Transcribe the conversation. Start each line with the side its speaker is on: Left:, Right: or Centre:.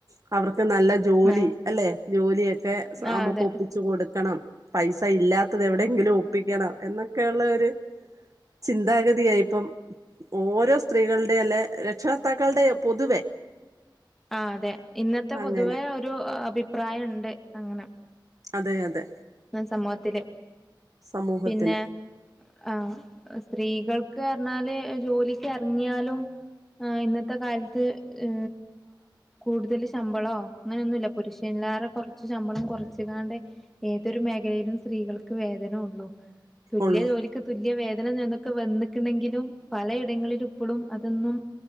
Right: ക്കവർ നല്ല ജോലി
Centre: ആഹ്
Right: അല്ലെ ജോലിയൊക്കെ സ
Centre: ആഹ്
Right: നമുക്കൊ
Centre: അതെ
Right: കൊടുക്കണം പൈസ ഇല്ലാ ത്തത് എവിടെയെങ്കിലും ഒപ്പിക്കണം എന്നൊക്കെയുള്ള ഒ ര് ചിന്താഗതിയായിപ്പം ഓരോ സ്ത്രീകൾ ടെ അല്ലെ രക്ഷകർത്താക്കൾടെ പൊതുവെ
Centre: ആ അതെ ഇന്നത്തെ പൊതുവേ
Right: അങ്ങനെ
Centre: ഒരു അഭിപ്രായം ഇണ്ട് അങ്ങനെ
Right: അതെ അതെ
Centre: സമൂഹത്തില്
Right: സമൂഹത്തില്
Centre: പിന്നെ ആഹ് സ്ത്രീകൾക്ക് പറഞ്ഞാല് ജോലിക്ക് എറങ്ങിയാലും ആ ഇന്നത്തെ കാലത്ത് ഏ കൂടുതൽ ശമ്പളോ അങ്ങനൊന്നുല്ല പുരുഷൻല്ലാറെ കൊറച്ച് ശമ്പളം കൊറച്ച് കാണ്ട് ഏതൊരു മേഖലയിലും സ്ത്രീകൾക്ക് വേതന ഉള്ളൂ. തുല്യ
Right: ഉള്ളു
Centre: ജോലിക്ക് തുല്യ വേത ഇന്നൊക്കെ വന്ന്ക്ക്ണെങ്കിലും പലയിടങ്ങളിലും ഇപ്പളും അതൊന്നും